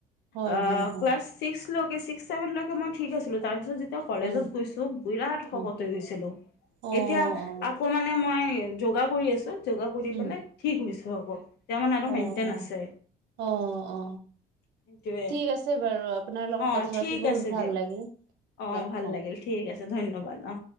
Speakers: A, on the right; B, on the left.
A: হয়
B: অ',
A: হয় হয়
B: প্লাছ ছিক্স <unintelligible> চিক্স ছেভনলৈকে মই ঠিক আছিলো, তাৰপিছত যে <unintelligible> কলেজত
A: হয়
B: গৈছো বিৰাট শকত
A: হয়
B: হৈ গৈছিলো,
A: অ
B: এতিয়া
A: অ
B: আকৌ মানে মই যোগা কৰি আছো, যোগা কৰি
A: উম
B: পেলাই ঠিক হৈছোঁ আকৌ। <unintelligible> মানে অলপ
A: অ
B: মেইনটেইন
A: অ
B: আছে।
A: অ অ
B: সেইটোৱে।
A: ঠিক আছে বাৰু, আপোনাৰ লগত
B: অ'
A: কথা
B: ঠিক
A: পাতি বহুত
B: আছে
A: ভাল
B: দিয়ক
A: লাগিল।
B: অ'
A: লগ
B: ভাল
A: পাম।
B: লাগিল ঠিক আছে ধন্যবাদ অ'।